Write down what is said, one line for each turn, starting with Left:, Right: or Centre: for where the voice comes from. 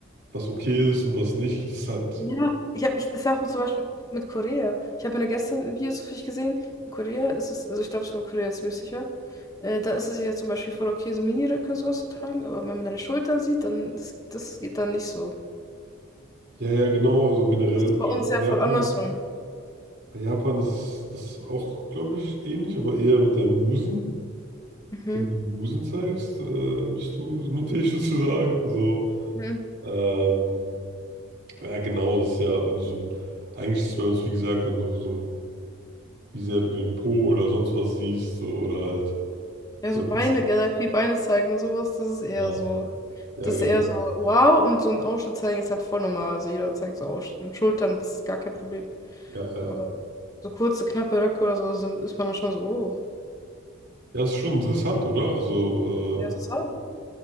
Right: was okay ist und was nicht, das ist halt.
Left: Ja, ich habe, ich, das sagt mir zum Beispiel mit Korea. Ich habe mir gestern ein Video zufällig gesehen. In Korea ist es, also ich glaube, es war Korea ziemlich sicher. Äh, da ist es ja zum Beispiel voll okay, so Miniröcke und sowas zu tragen, aber wenn man deine Schultern sieht, dann das, das geht dann nicht so.
Right: Ja, ja, genau, also generell
Left: Das ist
Right: und
Left: bei
Right: ich-
Left: uns
Right: in
Left: ja
Right: Japan.
Left: voll andersrum.
Right: Bei Japan ist das auch, glaube ich, ähnlich, aber eher mit deinem Busen.
Left: Mhm.
Right: Wenn du den Busen zeigst, äh, bist du <laughs> nuttig sozusagen. So,
Left: Mhm.
Right: ähm, Ja, genau, das ist ja, wenn du so ein, eigentlich ist es bei uns, wie gesagt, wenn du so, wie sehr du den Po oder sonst was siehst, so, oder halt,
Left: Ja, so
Right: ne,
Left: Beine,
Right: das,
Left: generell viel Beine zeigen und sowas, das ist eher
Right: ja,
Left: so.
Right: ja,
Left: Das
Right: genau,
Left: ist eher so, wow, und so ein Ausschnitt zeigen ist halt voll normal. Also jeder zeigt so Ausschnitt. Und Schultern, das ist gar kein Problem.
Right: ja, ja.
Left: Aber so kurze, knappe Röcke oder so, so ist man dann schon so, oh,
Right: Ja, ist schon interessant, oder? Also,
Left: ja, das halt.